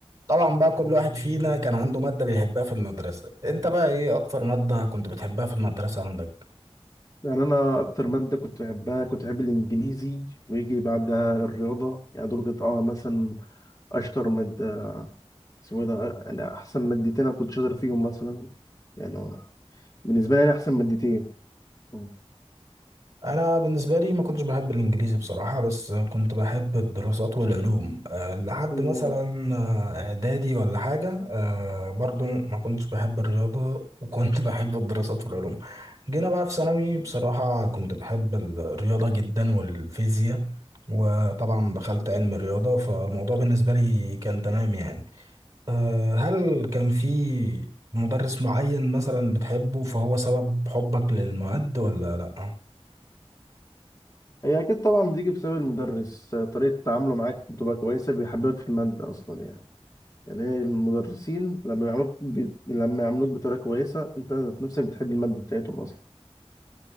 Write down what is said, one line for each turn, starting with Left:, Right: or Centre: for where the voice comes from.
Right: طبعا بقى كل واحد فينا كان عنده مادة بيحبها في المدرسة انت بقى ايه اكتر مادة كنت بتحبها في المدرسة عندك
Left: يعني انا اكتر ماده كنت بحبها كنت بحب الانجليزي ويجي بعدها الرياضه يعني دول كانت اه مثلا اشطر ماده اسمه إيه ده يعني احسن مادتين انا كنت شاطر فيهم مثلا يعني بالنسبه لي يعني احسن مادتين مم.
Right: انا بالنسبة لي ما كنتش بحب الانجليزي بصراحة بس كنت بحب الدراسات والعلوم أه لحد
Left: امم
Right: مثلا آه، اعدادي ولا حاجة أه برضو ما كنتش بحب الرياضة وكنت <laughs> بحب الدراسات والعلوم جينا بقى في ثانوي بصراحة كنت بحب الرياضة جدا والفيزياء وطبعا دخلت علم الرياضة فالموضوع بالنسبة لي كان تمام يعني آه، هل كان في مدرس معين مثلا بتحبه فهو سبب حبك للمواد ولا لا
Left: هي اكيد طبعا بتيجي بسبب المدرس طريقه تعامله معاك بتبقى كويسه بيحببك في الماده اصلا يعني يعني هي المدرسين لما يعاملوك ب... لما يعاملوك بطريقه كويسه انت ذات نفسك بتحب الماده بتاعتهم اصلا